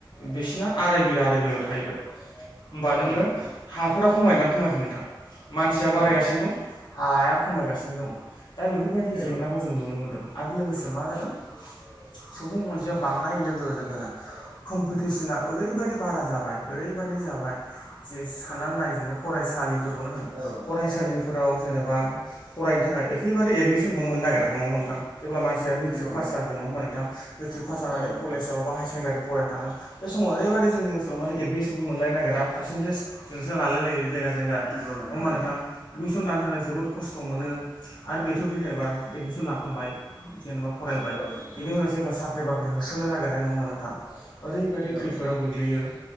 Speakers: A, on the left; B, on the right.
A: बिसिना आराय बिगा आराय बिगाल थाहैबाय। होमबा नोङो
B: औ नोंथां
A: हाफोरा खमायनानै खमायखै नोंथां मानसिया बारायगासिनो
B: औ नोंथां
A: दं हाया खमायगासिनो दं दा बेफोरबायदि
B: औ
A: जेंनाखौ
B: नोंथां
A: जों नुनो मोनदों आरो लोगोसे मा जादों? सुबुं अनजायाव बांनाय लोगो लोगोनो कम्पिटिसना ओरैबायदि बारा जाबाय ओरैबा जाब साननानै नायेनबा फसालिफोरखौनो होन
B: औ नोंथां
A: फसालिफोराव। जेनेबा फरायनो थाखाय ओखैबारि एदमिसनखौ मोननो नागिरा नङामोनथां। जेब्ला मानसिया मेट्रिक
B: नंगौ नोंथां
A: पास जागोन नङा होनबा नोंथां मेट्रिक पास ज
B: औ नोंथां
A: कलेजाव बा हायार सेकण्डारि फरायनो थांगोन बे समाव ओरैबायदि जोंनि ओनसोलाव माने एडमिसनखौ मोनलायनो नागिरा पारसेन्टेज जजोंसो लालाय लायो। जायगा जायगा नंआ
B: नंगौ
A: होमबा
B: नंगौ
A: नोंथां। एडमिसन लानो थाखाय जोबोद खस्थ' मोनो आरो बेथ' जेनेबा एडमिसन लाखांबाय जेनेबा फरायबाय
B: औ नोंथां
A: बिनि उनाव जेब्ला साख्रि बाख्रि होसोनो नागिरनाय नङा होनबा नोंथां। ओरैबायदि
B: औ
A: खैफोदाव
B: नोंथां
A: गोग्लैयो